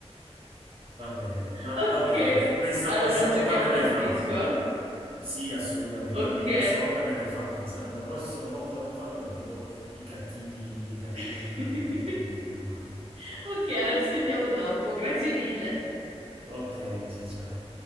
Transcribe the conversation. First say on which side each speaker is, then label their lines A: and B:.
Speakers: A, on the right (about 55°); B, on the right (about 80°).
A: Va bene, va,
B: Ok,
A: va bene, me- questa,
B: allora
A: questa
B: lo rigiochiamo
A: volta me
B: poi
A: l'hai
B: su
A: fatta.
B: Discord.
A: Sì, assolutamente.
B: Ok.
A: Comunque questa volta me l'hai fatta, ma sa- la prossima volta non fallirò, tipo i cattivi dei cartoni
B: <laughs>
A: animati americani degli anni 90.
B: Ok, allora ci sentiamo dopo, grazie mille.
A: Ok, ciao ciao.